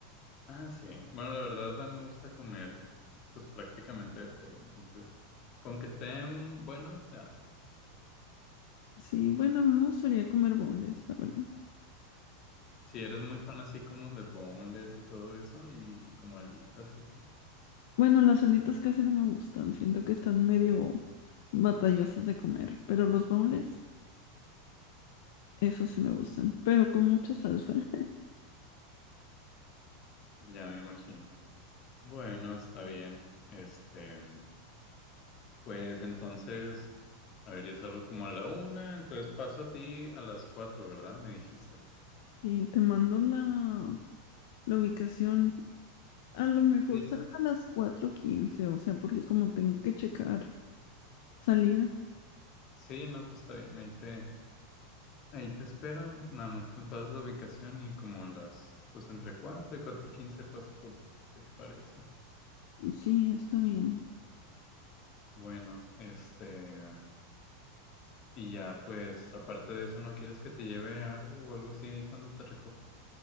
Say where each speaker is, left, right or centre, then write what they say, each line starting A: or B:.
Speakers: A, on the left (about 40°); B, on the left (about 65°).
A: Ah, sí. Bueno, la verdad a mí me gusta comer pues prácticamente de todo. Entonces, con que estén buenos se arma.
B: Sí, bueno, a mí me gustaría comer boneless, la verdad.
A: Si eres muy fan así como de boneless y todo eso y como alitas y así,
B: Bueno, las alitas casi no me gustan, siento que están medio batallosas de comer, pero los boneless, esos sí me gustan, pero con mucha salsa. <laughs>
A: ya me imagino. Bueno, está bien. Este, pues entonces, a ver, yo salgo como a la una, entonces paso a ti a las cuatro, ¿verdad? Me dijiste.
B: Sí, te mando la, la ubicación, a lo mejor
A: Sí.
B: salga a las cuatro quince, o sea, porque como tengo que checar salida,
A: Sí, no, pues está bien. Ahí te, Ahí te espero, nada más me pasas la ubicación y como a las, pues entre 4 y cuatro quince paso por ti, ¿qué te parece?
B: sí, está bien.
A: Bueno, este, y ya pues aparte de eso, ¿no quieres que te lleve algo o algo así ahí cuando te recoja?